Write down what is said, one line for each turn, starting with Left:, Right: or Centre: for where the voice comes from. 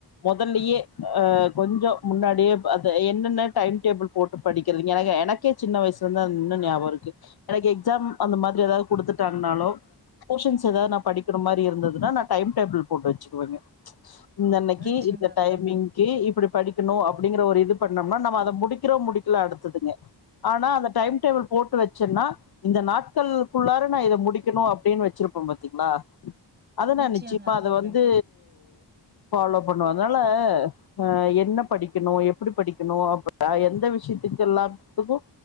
Left: மொதல்லயே அ கொஞ்சோ முன்னாடியே அது என்னென்ன டைம் டேபிள் போட்டு படிக்கறதுங்க ஏனா எனக்கே சின்ன வயசுல அந் இன்னு நியாபக இருக்கு எனக்கு எக்ஸாம் அந்த மாதிரி ஏதாவது குடுத்துட்டாங்னாலோ போஷன்ஸ் எதாவ்து நா படிக்கிற மாரி இருந்துதுன்னா நா டைம் டேபிள் போட்டு வச்சுக்குவேங்க இந்தன்னைக்கி
Right: நிச்சயமா
Left: இந்த டைமிங்
Right: தோழி
Left: க்கி இப்படி படிக்கணு அப்படிங்கிற ஒரு இது பண்ணோம்னா நம்ம அத முடிக்கிறோ முடிக்கல அடுத்ததுங்க ஆனா அந்த டைம் டேபிள் போட்டு வச்சன்னா இந்த நாட்களுக்குள்ளார நா இத முடிக்கணு அப்டின்னு வச்சிருப்பே பாத்தீங்ளா அதனா
Right: நிச்சயமா
Left: நிச்சயம்மா அத
Right: தோழி
Left: வந்து ஃபாலோ பண்ணுவ அதனால அ என்ன படிக்கணு எப்டி படிக்கணு அப்பதா எந்த விஷயத்துக்கு எல்லாத்துக்கு